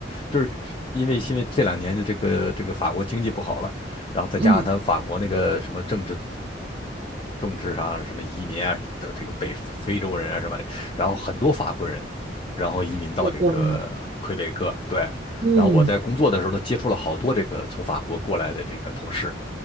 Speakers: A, on the left (about 30°); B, on the right (about 35°).
A: 就是因为因为这两年的这个这个法国经济不好了，然后再加上他法国那个什么政治
B: 嗯，
A: 政治上什么移民啊的这个北非洲人啊什么的，然后很多法国人，然后移民到这个魁北克，
B: 就过来了，
A: 对，
B: 嗯，
A: 然后我在工作的时候呢，接触了好多这个从法国过来的这个同事。